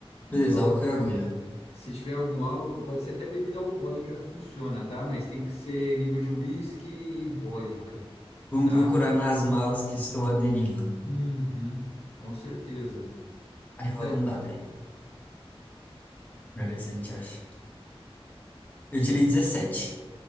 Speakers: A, on the left; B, on the left.
A: Beleza,
B: Álcool.
A: álcool e agulha.
B: Se tiver algum álcool, pode ser até bebida alcoólica, funciona, tá? Mas tem que ser nível de whisky e vodka,
A: Vamos
B: tá?
A: procurar nas malas que estão à deriva.
B: Uhum, com certeza.
A: Aí roda
B: Da-
A: um dado aí, pra ver se a gente acha. Eu tirei 17.